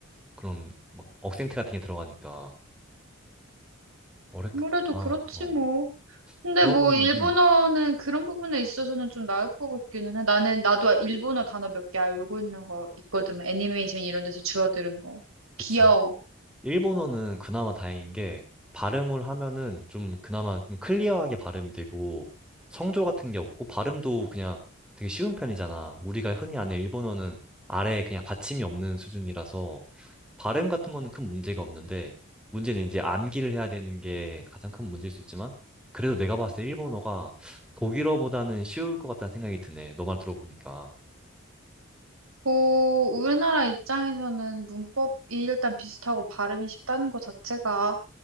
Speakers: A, in the centre; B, on the right.
A: 그런 막 억센트 같은 게 들어가니까. 어렵구나.
B: 아무래도 그렇지
A: 어.
B: 뭐. 근데
A: 그러면은,
B: 뭐 일본어는
A: 음,
B: 그런 부분에 있어서는 좀 나을 것 같기는 해. 나는 나도 일본어 단어 몇 개 알고 있는 거 있거든. 뭐 애니메이션 이런 데서 주워들은 거.
A: 그치.
B: 귀여워.
A: 일본어는 그나마 다행인 게, 발음을 하면은 좀 그나마 좀 클리어하게 발음이 되고, 성조 같은 게 없고, 발음도 그냥 되게 쉬운 편이잖아. 우리가 흔히 아는 일본어는 아래에 그냥 받침이 없는 수준이라서, 발음 같은 거는 큰 문제가 없는데, 문제는 이제 암기를 해야 되는 게 가장 큰 문제일 수 있지만, 그래도 내가 봤을 때 일본어가 독일어보다는 쉬울 것 같다는 생각이 드네. 너 말 들어보니까.
B: 고 우리나라 입장에서는 문법이 일단 비슷하고 발음이 쉽다는 것 자체가.